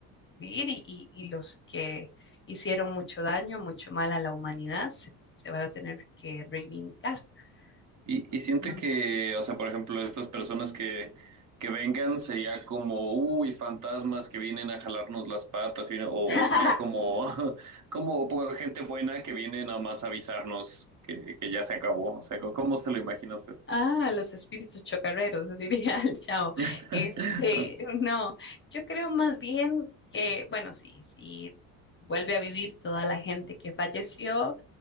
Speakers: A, on the left; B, on the right.
A: vivir y, y y los que hicieron mucho daño, mucho mal a la humanidad, se, se van a tener que reivindicar,
B: Y,
A: porque
B: y siente
A: manda.
B: que, o sea, por ejemplo, estas personas que, que vengan sería como, uy, fantasmas que vienen a jalarnos las patas, y- o,
A: <laughs>
B: o sería como, <laughs> como pues, gente buena que viene nada más a avisarnos que, que ya se acabó. O sea, ¿cómo cómo se lo imagina usted?
A: Ah, los espíritus chocarreros, diría el chavo.
B: <laughs>
A: Este, no, yo creo más bien que, bueno, sí, sí, vuelve a vivir toda la gente que falleció.